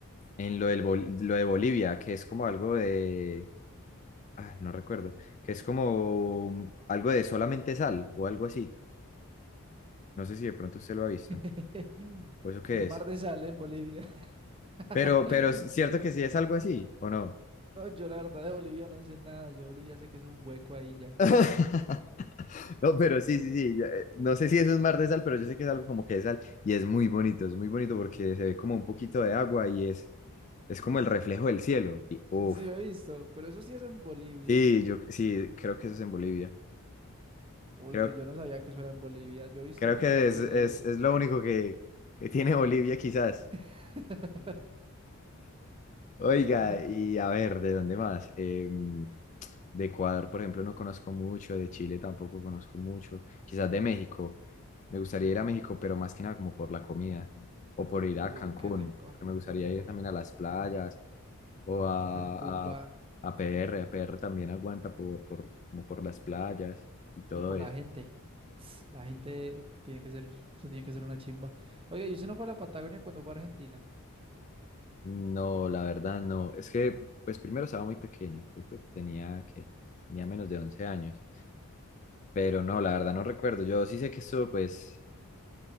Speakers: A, on the left; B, on the right.
A: en lo, del Bol- lo de Bolivia, que es como algo de, ah, no recuerdo, que es como un- algo de solamente sal o algo así. No sé si de pronto usted lo ha visto,
B: <laughs>
A: o eso qué
B: El
A: es.
B: mar de sal en Bolivia. <laughs>
A: Pero, pero es cierto que sí es algo así, ¿o no?
B: No, yo la verdad de Bolivia no sé nada. Yo Bolivia sé que es un hueco ahí ya.
A: <laughs> No, pero sí, sí, sí. ya, eh, No sé si eso es mar de sal, pero yo sé que es algo como que de sal y es muy bonito, es muy bonito porque se ve como un poquito de agua y es, es como el reflejo del cielo. Y uff.
B: Sí, he visto, pero eso sí es en Bolivia.
A: Sí, yo sí, creo que eso es en Bolivia.
B: Uy,
A: Creo,
B: pues yo no sabía que eso era en Bolivia. Yo he visto
A: creo que
B: por ahí
A: es,
B: videos.
A: es, es lo único que, que tiene Bolivia quizás.
B: <laughs>
A: Oiga,
B: Ah,
A: y a ver, ¿de dónde más? Em, De Ecuador, por ejemplo, no conozco mucho, de Chile tampoco conozco mucho, quizás de México. Me gustaría ir a México, pero más que nada como por la comida o por ir a
B: Uh,
A: Cancún,
B: qué rico.
A: porque me gustaría
B: Oh,
A: ir también a las playas o a,
B: Cancún va.
A: a, a PR. A PR también aguanta por, por, como por las playas y todo
B: No, Y por
A: eso.
B: la gente. <sniffs> La gente uf, tiene que ser, eso tiene que ser una chimba. Oiga, y usted no fue a la Patagonia cuando fue a Argentina,
A: No, la verdad no. Es que, pues primero estaba muy pequeño. Yo creo que tenía, que tenía menos de 11 años. Pero no, la verdad no recuerdo. Yo sí sé que estuve pues